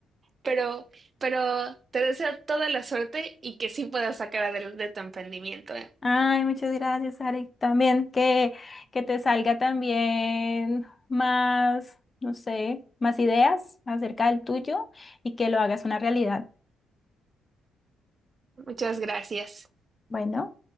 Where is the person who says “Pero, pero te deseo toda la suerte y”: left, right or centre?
Right